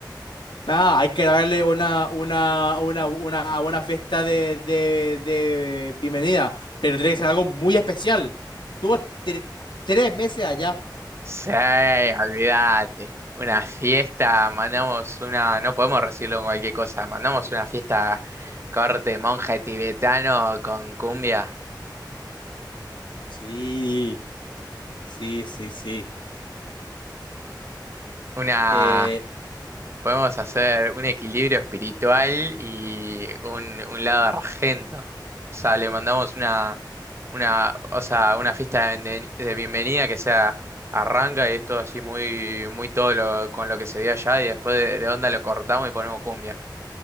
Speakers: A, on the left (about 85°); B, on the right (about 35°).
A: Nada, hay que darle una, una, una, una buena fiesta de, de, de bienvenida, pero tiene que ser algo muy especial. Estuvo tre- tres meses allá.
B: Sí, olvídate. Una fiesta, mandamos una. No podemos recibirlo con cualquier cosa. Mandamos una fiesta corte monje tibetano con cumbia.
A: Sí, sí, sí, sí.
B: Una.
A: Eh,
B: Podemos hacer un equilibrio espiritual y un, un lado argento. O sea, le mandamos una. una, o sea, una fiesta de, bienveni- de bienvenida que sea arranca y es todo así muy, muy todo lo, con lo que se dio allá y después de, de onda lo cortamos y ponemos cumbia.